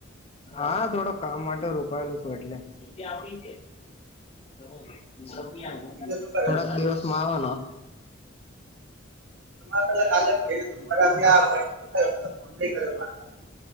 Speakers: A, on the left; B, on the right.
A: હા, થોડો કામ માટે રોકાયેલો શું એટલે. <unintelligible>
B: બીજું શું કરે
A: થોડાક
B: છે
A: દિવસમાં આવાનો.
B: તમાર પેલા કાલે ભયરૂ <unintelligible> ભયરૂ તું ને એટલ. લઈ ગયો માલ માંથી.